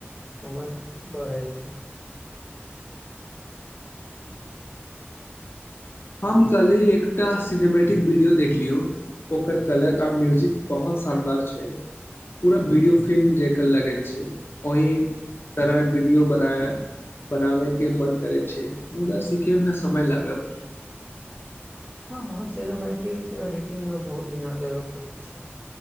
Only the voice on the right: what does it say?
समझ बढ़ै छै।
हँ हाँ सिनेमैट्रिक रीडिंग में बहुत ध्यान देब परई छै